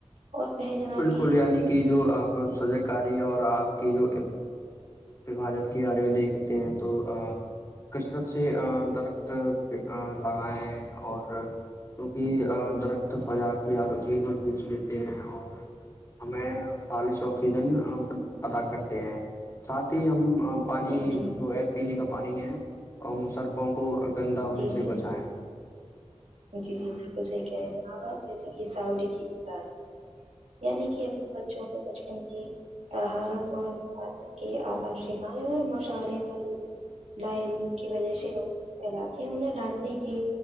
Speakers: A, on the right (about 85°); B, on the left (about 25°).
A: اور کہہ جناب
B: بالکل
A: کی
B: یعنی کہ جو اب سجے کاری اور آپ کی جو پ بھالت کے بارے میں دیکھتے ہیں تو کثرت سے درد لگائیں اور کیونکہ درخت فضا کی آلودگی کو پوچ لیتے ہیں اور ہمیں چالیس آکسیجن ادا کرتے ہیں ساتھ ہی ہم پانی
A: جی
B: جو ہے پینے کا پانی ہے اور مشرقوں کو گندا ہونے
A: جی جی
B: سے بچا ہے
A: جی جی بالکل صحیح کہہیں گے ا آپ جیسے کہ ساوری کیار یعنی کہ اپنے بچوں کو بچپن کی ترہارت اور حفاظت کے آدا شم اور مشاہرے میں لائ کی وجہ سےگی پھیلاتے ہیں انہیں ڈانٹنے کی